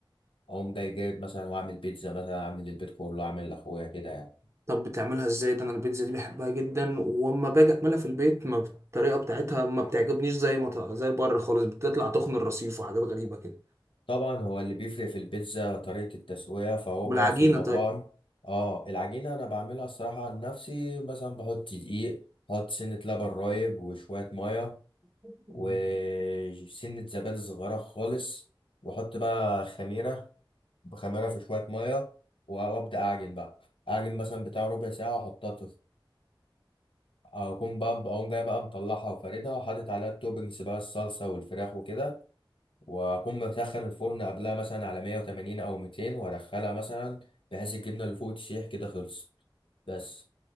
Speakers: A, on the left (about 75°); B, on the right (about 30°).
A: اقوم جاي جايب مثلا واعمل بيتزا مثلا اعمل البيت كله اعمل لاخويا كده يعني
B: طب بتعملها ازاي ده انا البيتزا دي بحبها جدا واما باجي اعملها في البيت ما الطريقه بتاعتها ما بتعجبنيش زي ما ط- زي بره خالص بتطلع تخن الرصيف وحاجات غريبه كده
A: طبعا هو اللي بيفرق في البيتزا طريقة التسوية فهما
B: والعجينه
A: في المطاعم اه العجينة انا بعملها الصراحة عن نفسي مثلا بحط دقيق بحط سنة لبن رايب وشوية مية
B: طيب
A: وسنة زبادي صغيرة خالص واحط بقى خميرة بخميرة في شوية مية وابدأ اعجن بقى اعجن مثلا بتاع ربع ساعة واحطها اقوم بقى اقوم جاي بقى مطلعها وفاردها وحاطط عليها التوبنجز بقى الصلصه والفراخ وكده واقوم مسخن الفرن قبلها مثلا على 180 او 200 وادخلها مثلا بحيث الجبنه اللي فوق تسيح كده خلصت بس